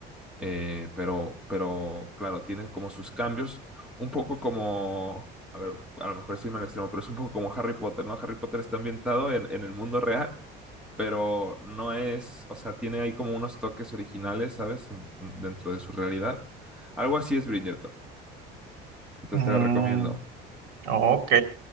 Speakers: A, in the centre; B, on the right.
A: eh, pero, pero claro, tiene como sus cambios, un poco como, a ver, a lo mejor es irme al extremo, pero es un poco como Harry Potter, ¿no? Harry Potter está ambientado en, en el mundo real, pero no es, o sea, tiene ahí como unos toques originales, ¿sabes? En- en- dentro de su realidad. Algo así es Bridgerton, entonces
B: mm,
A: te la recomiendo.
B: mm, ok,